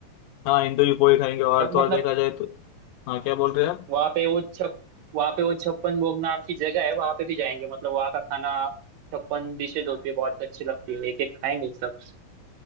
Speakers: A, on the left (about 80°); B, on the right (about 85°).
A: हाँ इंदौरी पोहे खाएंगे और
B: सब
A: तो
B: मतलब
A: और देखा जाए तो हाँ क्या बोल रहे हैं आप
B: वहाँ पे वो छप वहाँ पे वो छप्पन भोग नाम की जगह है वहाँ पे भी जाएंगे मतलब वहाँ का खाना छप्पन डिशेज होती है बहुत अच्छी लगती है एक एक खाएंगे सब